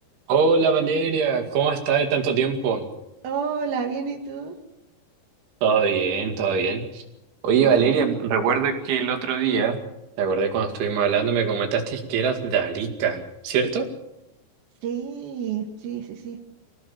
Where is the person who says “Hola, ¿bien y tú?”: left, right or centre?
Right